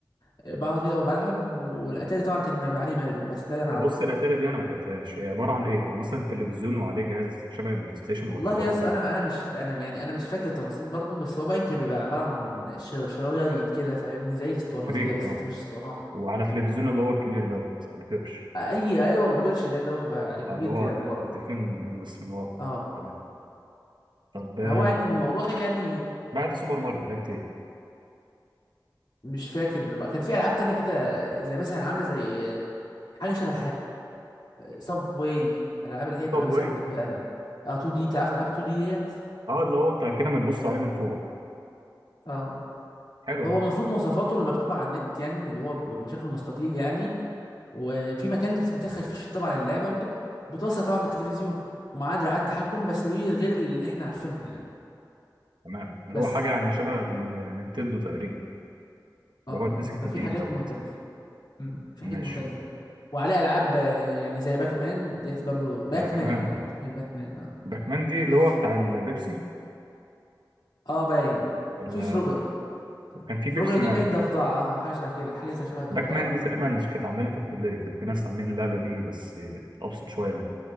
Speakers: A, on the left; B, on the right.
A: آه، بقعد كده وبلعب والاتاري طبعا كان بيبقى عليه ماريو بس ده اللي انا
B: طب
A: اعرفه
B: بص الاتاري دي انا ما لحقتهاش هي عباره عن ايه هو مثلا تلفزيون وعليه جهاز شبه البلاي ستيشن
A: والله
B: ولا عباره
A: يا اسطى
B: عن ايه
A: انا انا مش انا يعني انا مش فاكر التفاصيل برضو بس هو باين كان بيبقى عباره عن شر- شرايط كده فاهمني زي الاسطوانات
B: شريط
A: كده بس
B: اه
A: مش اسطوانات
B: وعلى التلفزيون اللي هو الكبير دوت ابو قرش
A: اي ايوه ما باكلش ده اللي هو بيبقى كبير
B: آه، اللي هو
A: كده من ورا
B: تكين من بس من ورا
A: اه
B: تمام طب آه،
A: فهو يعني الموضوع يعني
B: بعد سوبر ماريو لعبت ايه
A: مش فاكر بقى كان في العاب تانية كده زي مثلا عامله زي حاجه شبه سب واي الالعاب اللي هي بتبقى
B: طب وايه
A: مثلا بيبقى اه 2 دي تعرف العاب 2 دي ديت
B: اه اللي هو انت كده ما تبص عليه من فوق
A: اه
B: حلوه
A: هو
B: دي
A: المفروض مواصفاته اللي مكتوبه على النت يعني اللي هو بشكل مستطيل يعني وفي مكان اللي بتدخل فيه طبعا اللعبه وكده بتوصل طبعا بالتلفزيون ومعاه دراعات تحكم بس دي غير اللي احنا عارفينها يعني
B: تمام اللي
A: بس
B: هو حاجه يعني شبه الن- نينتندو تقريبا
A: اه
B: اللي هو يتمسك
A: ففي
B: في الايد
A: حاجات
B: دوت
A: مختلفة مم. في
B: ماشي
A: حاجات مختلفة وعليه ألعاب آه، يعني زي باك مان ديت برضو باك
B: باكمان
A: مان ها
B: اه
A: مش بات مان اه
B: باكمان دي اللي
A: في-
B: هو بتاع البيبسي
A: اه باين
B: ولا
A: وفي فروجر
B: كان في
A: فروجر
B: بيبسي
A: دي
B: مان
A: باين ضفدعة آه، أو حاجة شبه كده حاجة شبه الضفدعة
B: باك مان دي تقريبا
A: كده
B: كانت عندنا في الكليه كان في ناس عاملين اللعبه دي بس ابسط شويه منها